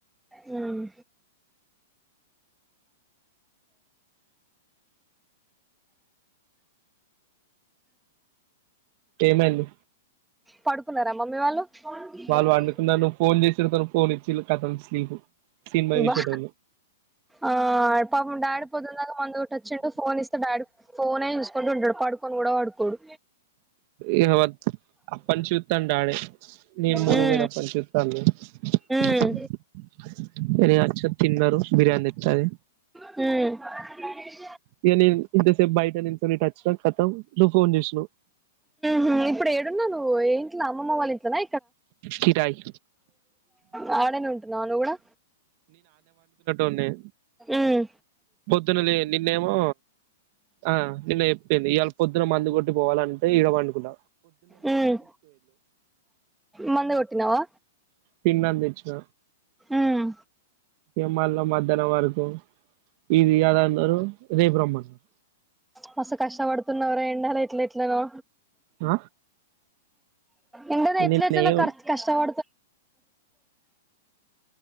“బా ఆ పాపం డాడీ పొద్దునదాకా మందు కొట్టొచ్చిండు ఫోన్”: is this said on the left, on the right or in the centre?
Centre